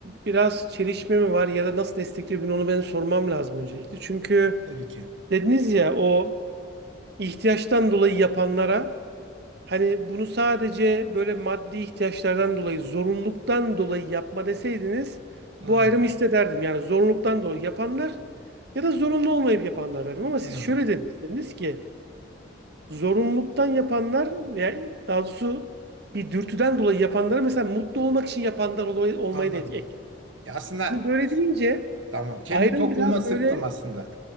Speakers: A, on the right; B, on the right.
A: biraz çelişme mi var ya da nasıl destekliyor bunu onu ben sormam lazım öncelikle. Çünkü
B: Tabii ki.
A: dediniz ya o ihtiyaçtan dolayı yapanlara Hani bunu sadece böyle maddi ihtiyaçlardan dolayı, zorunluluktan dolayı yapma deseydiniz
B: Hmm,
A: bu ayrımı hissederdim. Yani zorunluluktan dolayı yapanlar ya da zorunlu olmayıp yapanlar derdim. Ama
B: hmm,
A: siz şöyle dediniz, dediniz ki zorunluluktan yapanlar veya daha doğrusu bir dürtüden dolayı yapanlara mesela mutlu olmak için yapanlar olay- olmayı
B: anladım.
A: da ek.
B: Ya aslında
A: Şimdi böyle deyince
B: tamam. Kendi
A: ayrım
B: topuğuma
A: biraz
B: sıktım
A: böyle
B: aslında.